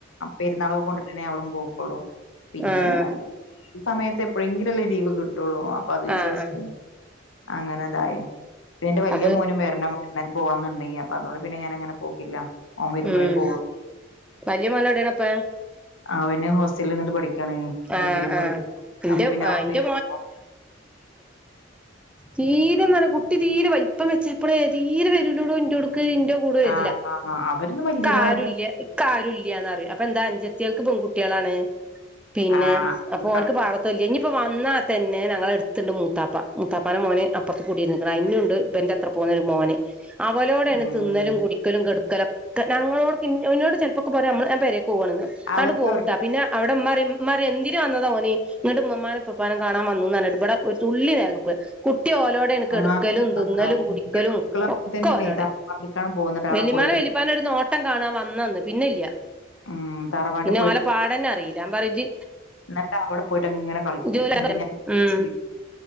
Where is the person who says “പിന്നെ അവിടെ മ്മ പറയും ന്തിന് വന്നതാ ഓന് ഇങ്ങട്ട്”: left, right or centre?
Centre